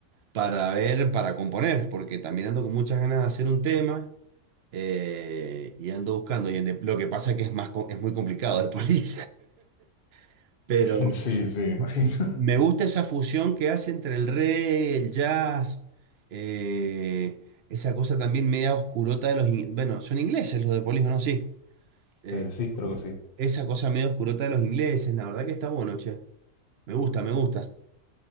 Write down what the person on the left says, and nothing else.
<laughs> Sí, sí, imagino.
Eh, sí, creo que sí.